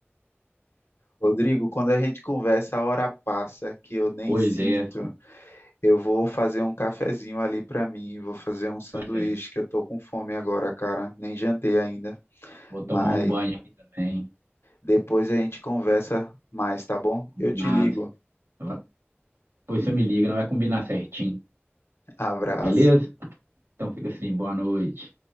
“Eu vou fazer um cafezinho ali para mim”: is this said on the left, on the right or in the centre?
Left